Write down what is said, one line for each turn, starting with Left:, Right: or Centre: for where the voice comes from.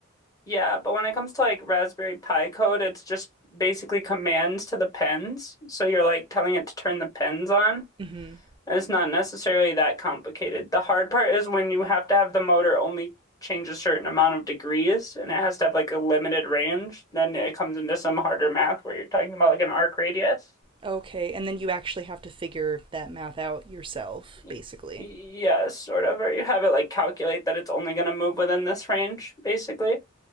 Left: yeah, but when it comes to like Raspberry Pi code, it's just basically commands to the pens. So you're like telling it to turn the pens on.
Right: Mm-hmm.
Left: And it's not necessarily that complicated. The hard part is when you have to have the motor only change a certain amount of degrees and it has to have like a limited range, then it comes into some harder math where you're talking about like an arc radius.
Right: Okay, and then you actually have to figure that math out yourself,
Left: Y-
Right: basically.
Left: Yeah, sort of, or you have it like calculate that it's only going to move within this range, basically.